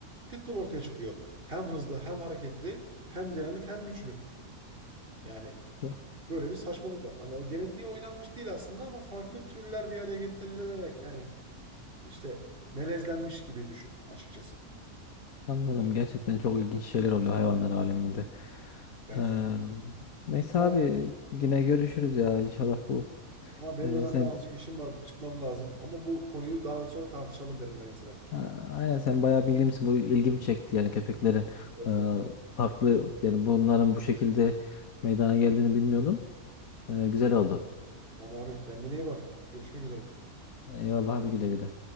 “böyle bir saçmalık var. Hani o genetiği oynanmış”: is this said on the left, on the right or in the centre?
Right